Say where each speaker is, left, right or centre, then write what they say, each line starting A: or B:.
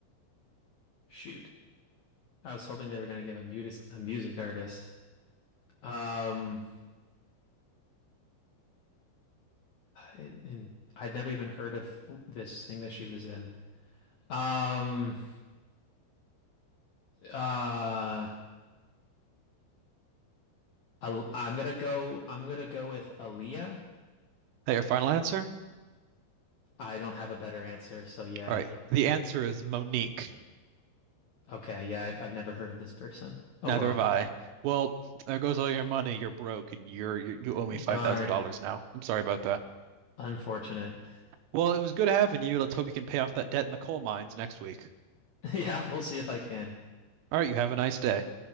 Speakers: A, on the left; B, on the right.
A: Shoot. I was hoping they were gonna give a mutis, a music artist. Um. and I've never even heard of this thing that she was in. Um, uh, I'm gonna go. I'm gonna go with Aaliyah.
B: That your final answer?
A: I don't have a better answer, so yeah.
B: All right. The answer is Monique.
A: Okay, yeah, I've, I've never heard of this person. Oh
B: Neither
A: well,
B: have I. Well, there goes all your money. You're broke, and you're, you you owe me five
A: darn,
B: thousand dollars now. I'm sorry about that.
A: unfortunate.
B: Well, it was good having you. Let's hope you can pay off that debt in the coal mines next week.
A: <laughs> yeah, we'll see if I can.
B: All right. You have a nice day.